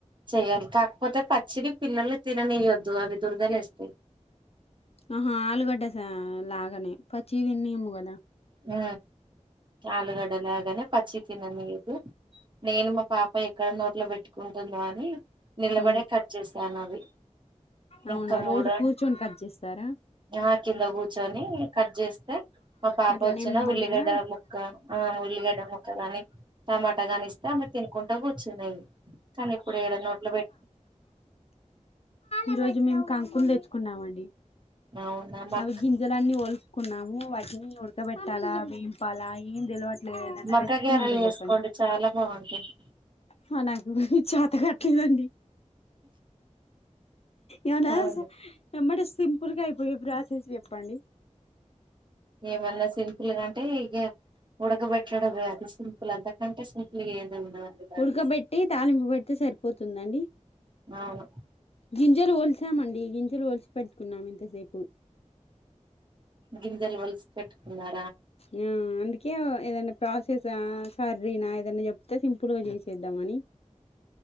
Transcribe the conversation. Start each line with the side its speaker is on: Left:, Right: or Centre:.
Right: చెయాలి కాకపోతే పచ్చిడి పిల్లల్ని తిననియద్దు అవి దురదలే వేస్తాయి
Left: ఆహా ఆలుగడ్డే స లాగానే పచ్చిదినిన్ని ముగదా
Right: హ ఆలుగడల అగనే పచ్చకి ననిగదు నేను మా పాప ఎక్కడ నోట్లో పెట్టుకుంటుందో అని నిలబడే
Left: ఉమ్
Right: కట్ చేసాను అవి
Left: అవునా
Right: ఇంకా మూడ
Left: రోజు కూర్చొని కట్ చేస్తారా
Right: ఆ కింద కూర్చొని కట్ చేస్తే మా పాప
Left: అట్లా
Right: వచ్చిన
Left: నెమ్మదిగా
Right: ఉల్లిగడ్డ ముక్క ఆ ఉల్లిగడ్డ ముక్క గాని టమాటా గాని ఇస్తే ఆమె తినుకుంటా కూర్చునేది కానీ ఇప్పుడు ఏడ నోట్లు పెట్
Left: ఈరోజు మేము కాంకులం తెచ్చుకున్నామండి
Right: అవునా మక్క
Left: అవి గింజలన్ని వలిసి కున్నాము వాటిని ఉడకబెట్టాలా అవిపాలాయి ఏం తెలవట్లేదుఏదన్న
Right: మక్క
Left: రెసిపీ
Right: గారెలు
Left: ఉంటే
Right: చేసుకోండి
Left: చెప్పండి
Right: చాలా బాగుంటాయి
Left: హా నాకేమి చేత కటలేదండి ఎవనా
Right: అవును
Left: స్. ఎమ్మటె సింపుల్గా అయిపోయే ప్రోసెస్ చెప్పండి
Right: ఏమన్నా సింపుల్ గా అంటే ఇక ఉడకబెట్టడమె అది సింపుల్ అంతకంటే సింపుల్ గా ఏది ఉండదండి నాది
Left: ఉడకబెట్టి తాలింపు పెడితే సరిపోతుందండి
Right: అవును
Left: గింజలు వొల్సామండి గింజలు వొల్సి పెట్టు కున్నాం ఇంతసేపు
Right: గింజలు వొలిస్ పెట్టుకున్నా
Left: ఆ ఎందుకే ఏదన్నా ప్రాసెసా కర్రీనా ఏదన్నా చెప్తే సింపుల్ గా చేసేద్దంఅని